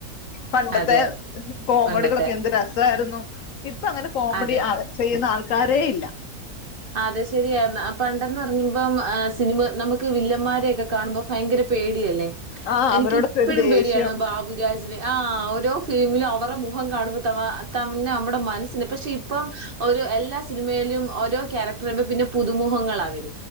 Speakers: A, on the left (about 65°); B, on the right (about 45°).
A: പണ്ടത്തെ
B: അതെ
A: കോമഡികളൊക്കെ
B: പണ്ടത്തെ.
A: എന്ത് രസായിരു ഓ ഇപ്പങ്ങനെ കോമഡി
B: അതെ.
A: ആൾ ചെയ്യുന്ന ആൾ ക്കാരേയില്ല.
B: ആദസ് ചിരിയായിർന്നു അ പണ്ടന്ന് പറയുമ്പോ ആ സിനിമ നമുക്ക് വില്ലമ്മാരെ ഒക്കെ കാണുമ്പോ ഭയങ്കര പേടിയല്ലേ
A: ആ
B: എനിക്ക്
A: അവരോടൊക്കെ
B: ഇപ്പഴും
A: ഒരു ദേഷ്യം
B: പേടിയാണ് ബാബുരാജിനെ ആ ഓരോ ഫിലിമിലും അവറെ മുഖം കാണുമ്പ ഥവാ അ തംന്ന അമ്മടെ മനസ്സിന് ഇപ്പം പക്ഷെ ഇപ്പം ഒരു എല്ലാ സിമയിലും ഓരോ ക്യാരക്റ്റർ വരുമ്പോ പിന്നെ പുതുമുഖങ്ങളാ വരു